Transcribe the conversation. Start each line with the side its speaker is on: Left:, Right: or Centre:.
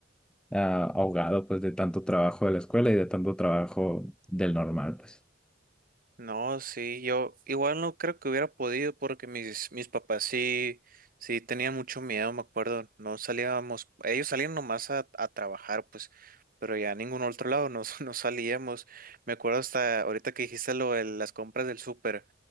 Centre: ah, ahogado pues de tanto trabajo de la escuela y de tanto trabajo del normal, pues.
Right: No, sí, yo igual no creo que hubiera podido porque mis, mis papás sí, sí tenían mucho miedo, me acuerdo. No salíamos, ellos salían nomás a, a trabajar, pues, pero ya a ningún otro lado no, <laughs> no salíamos. Me acuerdo hasta ahorita que dijiste lo de las compras del súper.